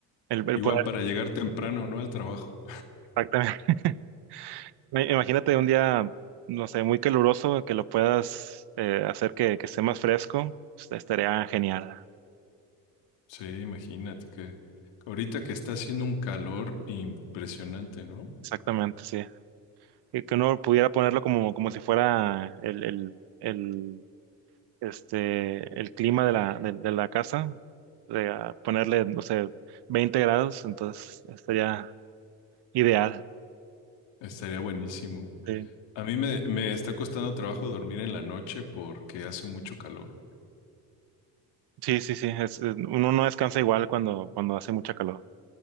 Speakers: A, on the right; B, on the left.
A: el, el
B: Igual
A: poder,
B: para llegar temprano, ¿no? Al trabajo.
A: exactamente. <laughs> I- Imagínate un día, no sé, muy caluroso, que lo puedas eh, hacer que, que esté más fresco, est- estaría genial.
B: Sí, imagínate que ahorita que está haciendo un calor impresionante, ¿no?
A: Exactamente, sí. Y que uno pudiera ponerlo como, como si fuera el, el, el, este, el clima de la, de, de la casa, de, ah, ponerle, no sé, veinte grados, entonces estaría ideal.
B: Estaría buenísimo.
A: Sí,
B: A mí me, me está costando trabajo dormir en la noche porque hace mucho calor.
A: sí, sí, sí, es- es- uno no descansa igual cuando, cuando hace mucha calor.